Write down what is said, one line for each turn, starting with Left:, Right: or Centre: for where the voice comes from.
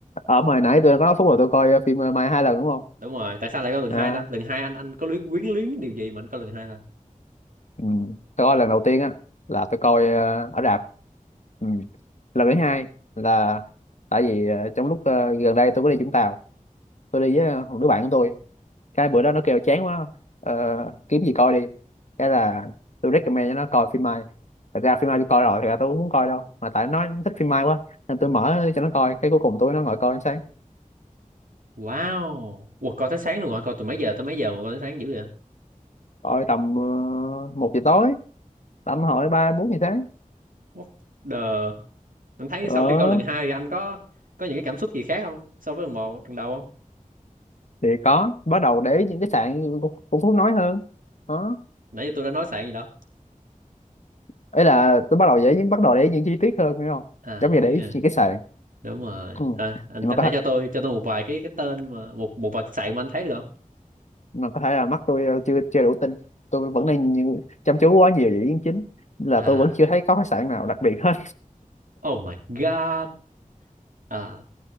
Left: ở mà nãy tôi có nói phút rồi tôi coi ờ, phim ờ, Mai hai lần đúng không
Right: đúng rồi tại sao lại có lần
Left: đó
Right: hai ta lần hai anh anh có luyến quyến luyến điều gì mà anh có lần hai ta
Left: ừ. tôi coi lần đầu tiên á là tôi coi ờ, ở rạp ừ. lần thứ hai là tại vì ờ, trong lúc ờ, gần đây tôi có đi Vũng Tàu tôi đi với ờ, một đứa bạn của tôi cái bữa đó nó kêu chán quá ờ, kiếm gì coi đi cái là tôi recommend cho nó coi phim Mai thật ra phim Mai tôi coi rồi thật ra tôi cũng muốn coi đâu mà tại nó thích phim Mai quá nên tôi mở cho nó coi cái cuối cùng tôi nó ngồi coi đến sáng
Right: Wow, Ủa, coi tới sáng luôn hả? Coi từ mấy giờ tới mấy giờ mà coi tới sáng dữ vậy?
Left: coi tầm ờ, một giờ tối tầm hỏi ba bốn giờ sáng
Right: What the... Anh thấy
Left: Ờ,
Right: sau khi coi lần 2 thì anh có có những cái cảm xúc gì khác không? So với lần một, lần đầu không?
Left: thì có bắt đầu để ý những cái sạn của, của Phú nói hơn đó
Right: Nãy giờ tôi đã nói sạn gì đâu.
Left: ấy là tôi bắt đầu để ý những bắt đầu để ý những chi tiết hơn hiểu không
Right: À,
Left: giống
Right: chị
Left: như
Right: Tuyết
Left: để ý
Right: à.
Left: những cái sạn
Right: Đúng rồi.
Left: ừ.
Right: Thôi, anh
Left: nhưng
Right: có
Left: mà có
Right: thể
Left: thể,
Right: cho tôi cho tôi một vài cái cái tên mà một một vài cái sạn mà anh thấy được không?
Left: mà có thể là mắt tôi ờ, chưa chưa đủ tin tôi vẫn đang như- chăm chú quá nhiều về ý kiến chính Nên là
Right: À,
Left: tôi vẫn chưa thấy có cái sạn nào đặc biệt hết
Right: oh my god. À,